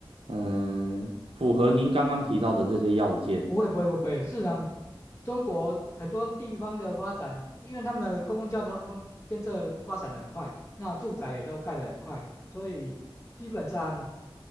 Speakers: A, on the right (about 85°); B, on the left (about 30°).
A: 嗯、符合您刚刚提到的这些要件。
B: 不会不会不会，事实上，中国很多地方的发展，因为他们的公共交通建设发展的很快，那住宅也都盖得很快，所以基本上，